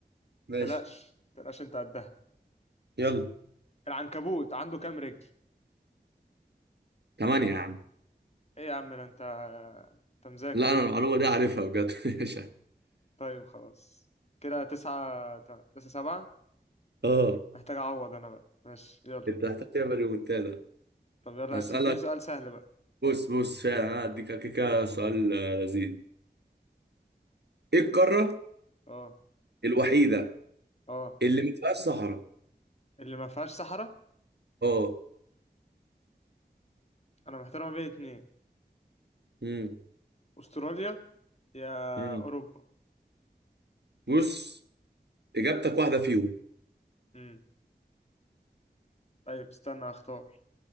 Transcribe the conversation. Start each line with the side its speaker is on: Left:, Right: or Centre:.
Right: ماشي
Left: تلاش تلاش انت قدها
Right: يلا
Left: العنكبوت عنده كام رجل
Right: ثمانيه يا عم
Left: ايه يا عم ده انت انت مذاكر
Right: لا انا المعلومه دي عارفها بجد <laughs> مش عارف.
Left: طيب خلاص كده تسعة تم- تسعة سبعة
Right: اه
Left: محتاج اعوض انا بقى ماشي يلا
Right: انت هتحتاج تعمل ريمونتادا
Left: طب يلا
Right: هسألك
Left: بس اديني سؤال سهل بقى
Right: بص بص فعلا انا هديك كده سؤال آه، لذيذ ايه القاره
Left: اه
Right: الوحيده
Left: اه
Right: اللي ما فيهاش صحراء
Left: اللي ما فيهاش صحراء
Right: اه
Left: انا محتار ما بين اتنين
Right: امم
Left: استراليا يا
Right: امم
Left: اوروبا
Right: بص اجابتك واحده فيهم
Left: امم طيب استنى اختار